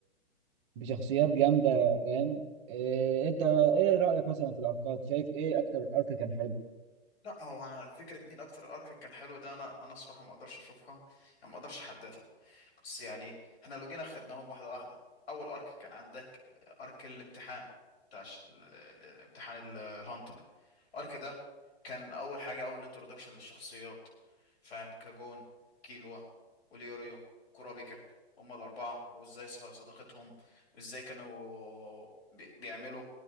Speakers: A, on the right; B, on the left.
A: وبشخصيات جامده فاهم إيه انت ايه رايك مثلا في الاركات شايف ايه اكتر ارك كان حلو
B: لا هو انا فكره مين اكتر ارك كان حلو ده انا انا صراحه ما اقدرش اشوفها يعني ما اقدرش احددها بس يعني احنا لو جينا خدناهم واحده واحده اول ارك كان عندك ارك الامتحان بتاع ش- ال- ال- الامتحان ال- الهانتر الارك ده كان اول حاجه اول انترودكشن للشخصيات فاهم كاجون كيلوا وليوريو كورابيكا هما الاربعه وازاي ص- صداقتهم وازاي كانوا بي- بيعملوا